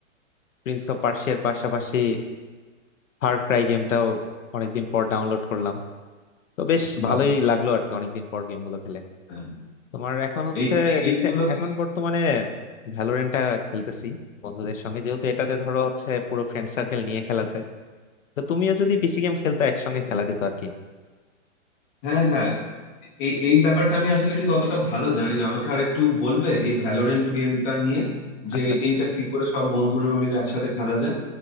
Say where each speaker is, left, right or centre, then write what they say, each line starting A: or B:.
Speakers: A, on the left; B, on the left.
A: প্রিন্স অফ পার্সিয়ার পাশাপাশি ফার ক্রাই গেমটাও অনেকদিন পর ডাউনলোড করলাম তো বেশ
B: বাহ
A: ভালোই লাগলো আর কি অনেকদিন পর গেমগুলো খেলে
B: হ্যাঁ।
A: তোমার এখন হচ্ছে
B: এই এই গেমগুলো
A: রিসে-
B: কি
A: এখন বর্তমানে ভ্যালোরেন্টটা খেলতেছি বন্ধুদের সঙ্গে যেহেতু এটাতে ধরো হচ্ছে পুরো ফ্রেন্ড সার্কেল নিয়ে খেলা যায় তো তুমিও যদি পিসি গেম খেলতে একসঙ্গে খেলা যেত আর কি
B: হ্যাঁ হ্যাঁ এই এই ব্যাপারটা আমি আসলে ঠিক অতটা ভালো জানি না আমাকে আরেকটু বলবে এই ভ্যালোরেন্ট গেমটা নিয়ে যে
A: আচ্ছা আচ্ছা
B: এইটা কি করে সব বন্ধুরা মিলে একসাথে খেলা যায়